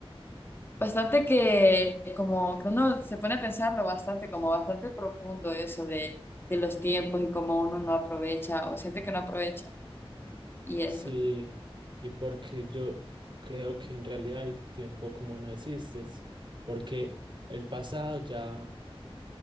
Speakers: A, on the left (about 20°); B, on the right (about 50°).
A: Bastante que como que uno se pone a pensarlo bastante, como bastante profundo eso de, de los tiempos y cómo uno no aprovecha o siente que no aprovecha y eso.
B: Sí, y porque yo creo que en realidad el tiempo como no existe, s- porque el pasado ya